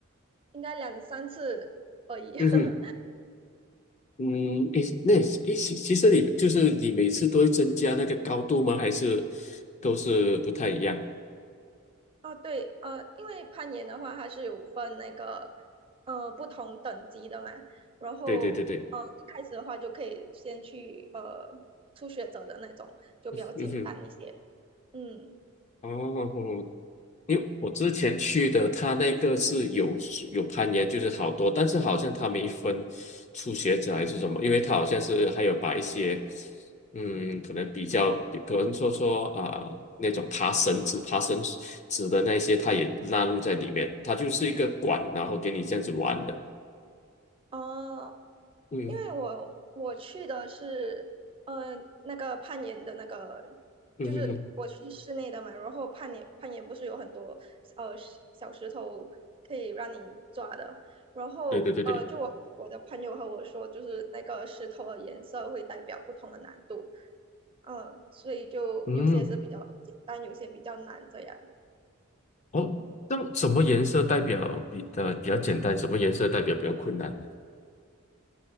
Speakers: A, on the right; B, on the left.
A: 应该两三次而已。
B: 嗯哼，
A: <laughs>
B: 嗯，诶，那诶，其其实你就是你每次都会增加那个高度吗？还是都是不太一样？
A: 啊，对，呃，因为攀岩的话，它是有分那个呃不同等级的嘛，然后呃一开始的话就可以先去呃初学者的那种，
B: 对对对对，
A: 就比较简单一些。
B: 嗯哼，
A: 嗯，
B: 哦，因为我之前去的，他那个是有有攀岩，就是好多，但是好像他没分初学者还是什么，因为他好像是还有把一些，嗯，可能比较，比可能说说啊、那种爬绳子、爬绳子的那些，他也纳入在里面，它就是一个管，然后给你这样子玩的。
A: 哦，
B: 嗯
A: 因为我我去的是，呃，那个攀岩的那个，
B: 嗯嗯嗯，
A: 就是我去室内的嘛，然后攀岩攀岩不是有很多呃石小石头可以让你抓的，然后呃，
B: 对对对对，
A: 就我我的朋友和我说，就是那个石头的颜色会代表不同的难度，嗯，所以就有些是比较简单，
B: 嗯，
A: 有些比较难这样。
B: 哦，那什么颜色代表比呃比较简单，什么颜色代表比较困难呢？